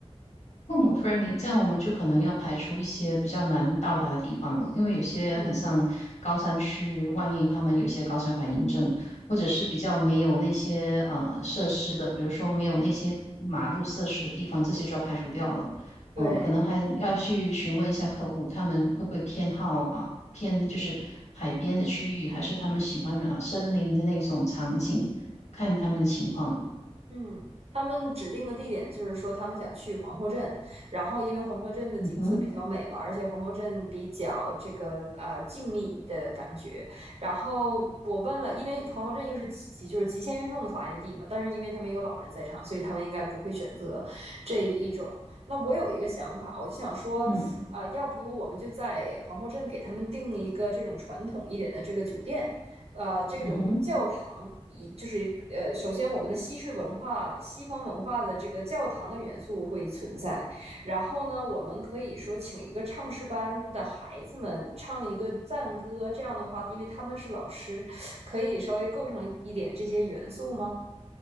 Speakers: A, on the left; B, on the right.
A: 父母 friendly，这样我们就可能要排除一些比较难到达的地方了，因为有些很像高山区，
B: 嗯，
A: 万一他们有一些高山反应症，或者是比较没有那些呃设施的，比如说没有那些马路设施的地方，这些就要排除掉了。
B: 对。
A: 嗯、可能还要去询问一下客户，他们会不会偏好啊偏就是海边的区域，还是他们喜欢啊森林的那种场景，看他们的情况了。
B: 嗯，他们指定的地点就是说他们想去皇后镇，然后因为皇后镇的景色比较美嘛，
A: 嗯哼，
B: 而且皇后镇比较这个呃静谧的感觉。然后我问了，因为皇后镇又是极就是极限运动的发源地嘛，但是因为他们有老人在场，所以他们应该不会选择这一种。那我有一个想法，我就想说，
A: 嗯
B: 啊、要不我们就在皇后镇给他们订一个这种传统一点的这个酒店。呃，这种教堂以就是呃，
A: 嗯哼。
B: 首先我们的西式文化、西方文化的这个教堂的元素会存在，然后呢，我们可以说请一个唱诗班的孩子们唱一个赞歌，这样的话，因为他们是老师，可以稍微构成一点这些元素吗？